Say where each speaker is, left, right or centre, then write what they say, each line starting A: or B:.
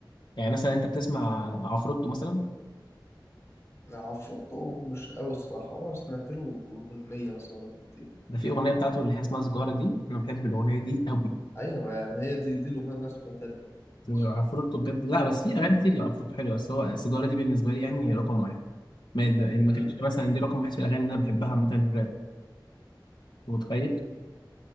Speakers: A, on the left (about 65°); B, on the left (about 35°).
A: يعني مثلا انت بتسمع عفروتو مثلا
B: عفروتو مش قوي الصراحه هو انا سمعت له اغنيه مثلا ولا اغنيتين
A: ده في اغنيه بتاعته اللي هي اسمها سجاره دي انا بحب الاغنيه دي قوي
B: ايوه ما ما هي دي دي الاغنيه اللي انا سمعتها له بس
A: عفروتو بجد لا بس في اغاني كتير لعفروتو حلوه بس هو سجاره دي بالنسبه لي يعني رقم واحد ما يد- ما
B: امم
A: كانش مثلا دي رقم واحد في الاغاني اللي انا بحبها مثلا الراب أنت متخيل